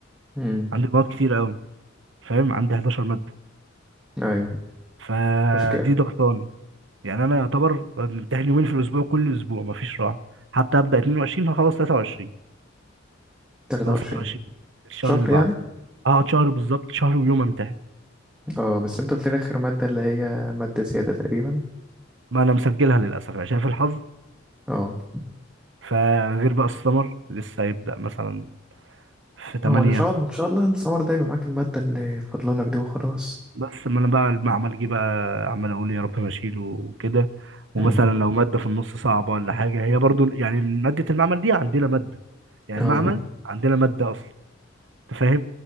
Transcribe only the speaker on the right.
عندي مواد كتير أوي فاهم عندي 11 مادة
فدي
ضغطان يعني انا يعتبر بمتحن يومين في الاسبوع كل اسبوع مفيش راحه حتى ابدا 22 هخلص 23
خلاص
23 الشهر
اللي بعده
هقعد شهر بالظبط شهر ويوم امتحن
ما انا مسجلها للاسف عشان في الحظ
فغير بقى السمر لسه هيبدا مثلا في 8
بس ما انا بقى المعمل جه بقى عمال اقول يا رب ما اشيله وكده ومثلا
لو ماده في النص صعبه ولا حاجه هي برضو يعني ماده المعمل دي عندنا ماده يعني
المعمل عندنا ماده اصلا انت فاهم